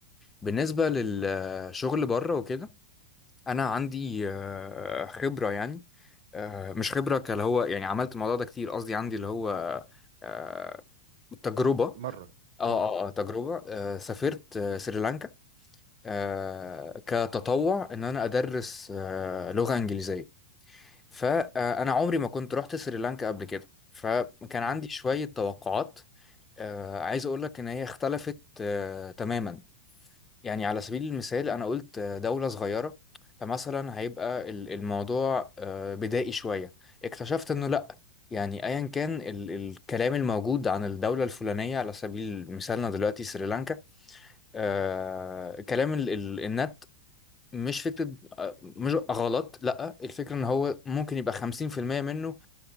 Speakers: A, on the left; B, on the right.
A: بالنسبة للشغل بره وكده أنا عندي آه، خبرة يعني آه، مش خبرة كاللي هو يعني عملت الموضوع ده كتير قصدي عندي اللي هو آه، تجربة
B: مره
A: اه
B: اه
A: اه اه تجربة آه، سافرت آه، سريلانكا آه، كتطوع إن أنا أدرس آه، لغة إنجليزية فأنا عمري ما كنت رحت سريلانكا قبل كده فكان
B: مم.
A: عندي شوية توقعات آه، عايز أقول لك إن هي اختلفت آه، تماما يعني على سبيل المثال أنا قلت دولة صغيرة فمثلا هيبقى ال- الموضوع آه، بدائي شوية اكتشفت إنه لأ يعني أيا كان ال الكلام الموجود عن الدولة الفلانية على سبيل مثالنا دلوقتي سريلانكا آه، كلام ال ال النت مش فكرة آه، مش غلط لأ الفكرة إن هو ممكن يبقى 50% منه